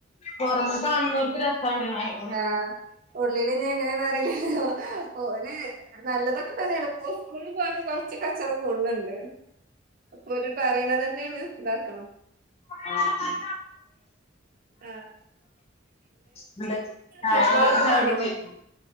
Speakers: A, on the left (about 35°); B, on the right (about 50°).
A: പൊറമേ കാണുന്നവർക്ക് രസമാണ് ഞാനും
B: ആഹ് ഉള്ളില് ഞ്ഞ് എങ്ങനെന്ന് അറിയില്ലോ ഓല് നല്ലതൊക്കെ തന്നെയാണ് പ്പൊ സ്കൂളിൽ പോയപ്പൊ കൊറച്ച് കച്ചറ കൂട്ണ് ണ്ട് ഒര് പറിണ തന്നെ ണ് ഇതാക്കണം
A: ആഹ്
B: ആ
A: പിന്നെ ന്റെ
B: ഫുട്ബോളൊക്കെ
A: എല്ലാരും ചായകുടിം
B: കാണോ
A: കഴിഞ്ഞോ